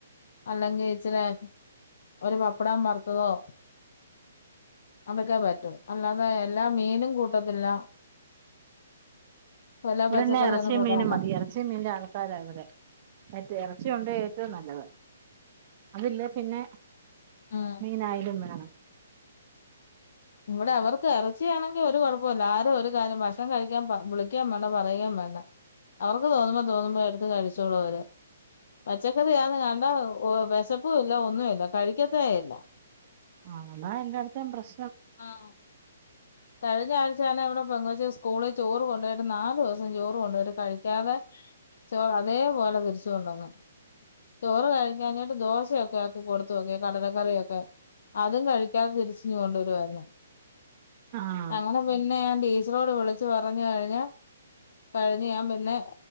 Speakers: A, on the left (about 60°); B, on the right (about 35°).
A: അല്ലെങ്കിൽ ഇച്ചിരി ഒരു പപ്പടം വറുത്തതോ അതൊക്കെ പറ്റൂ അല്ലാതെ എല്ലാ മീനും കൂട്ടത്തില്ല എല്ലാ
B: ഇവിടെന്നാ
A: പച്ചക്കറിയൊന്നും
B: എറച്ചി
A: കൂട്ടത്തില്ല
B: മീനും മതി എറച്ചി മീന്റെ ആൾക്കാര ഇവടെ മറ്റേ എറച്ചി ഇറച്ചിണ്ടേ ഏറ്റവും നല്ലത് അതില്ലേ പിന്നെ
A: ഉം
B: മീനായാലും വേണം
A: ഇവിടെ അവർക്ക് എറച്ചിയാണെങ്കിൽ ഒരു കുഴപ്പോല്ല ആരും ഒരു കാര്യം ഭക്ഷണം കഴിക്കാൻ വിളിക്കേം വേണ്ട പറയെം വേണ്ട അവർക്ക് തോന്നുമ്പോ തോന്നുമ്പോ എടുത്ത് കഴിച്ചോളു അവര് പച്ചക്കറി ആന്ന് കണ്ട വിശപ്പും ഇല്ല ഒന്നുല്ല കഴിക്കത്തെ ഇല്ല
B: ആഹ് താ എല്ലാടതേം പ്രശ്നം
A: ആഹ് കഴിഞ്ഞ ആഴ്ച്ച തന്നെ ഇവിടെ പെൺകൊച്ച് സ്കൂളിൽ ചോറ് കൊണ്ടോയിട്ട് നാലോസം ചോറ് കൊണ്ടിയിട്ട് കഴിക്കാതെ ചോറ് അതേപോലെ തിരിച്ചു കൊണ്ടൊന്ന് ചോറ് കഴിക്കാഞ്ഞിട്ട് ദോശയൊക്കെ ആക്കി കൊടുത്ത് നോക്കി കടലക്കറിയൊക്കെ അതും കഴിക്കാതെ തിരിച്ച് ഇങ്ങ് കൊണ്ട് വരുവായിരുന്നു
B: ആഹ്
A: അങ്ങനെ പിന്നെ ഞാൻ ടീച്ചറോട് വിളിച്ചു പറഞ്ഞു കഴിഞ്ഞ് കഴിഞ്ഞ് ഞാൻ പിന്നെ